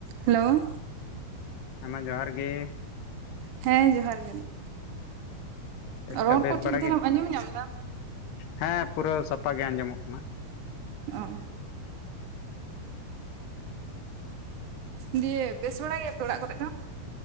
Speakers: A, on the right; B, on the left.
A: Hello
B: ᱦᱮᱸᱢᱟ ᱡᱚᱦᱟᱨ ᱜᱮ
A: ᱦᱮᱸ ᱡᱚᱦᱟᱨ ᱜᱮ ᱡᱟᱱᱤᱜ
B: ᱪᱮᱫ ᱞᱮᱠᱟ
A: ᱨᱚᱲ
B: ᱵᱮᱥ
A: ᱠᱚ ᱴᱷᱤᱠ
B: ᱵᱟᱲᱟ
A: ᱫᱷᱟᱨᱟᱢ
B: ᱜᱮ?
A: ᱟᱸᱡᱚᱢ ᱧᱟᱢᱫᱟ?
B: ᱦᱮᱸ ᱯᱩᱨᱟᱹ ᱥᱟᱯᱟ ᱜᱮ ᱟᱸᱡᱚᱢᱚᱜ ᱠᱟᱱᱟ᱾
A: ᱚᱸ ᱫᱤᱭᱮ ᱵᱮᱥ ᱵᱟᱲᱟ ᱜᱮᱭᱟᱯᱮ ᱚᱲᱟᱜ ᱠᱚᱨᱮ ᱫᱚ?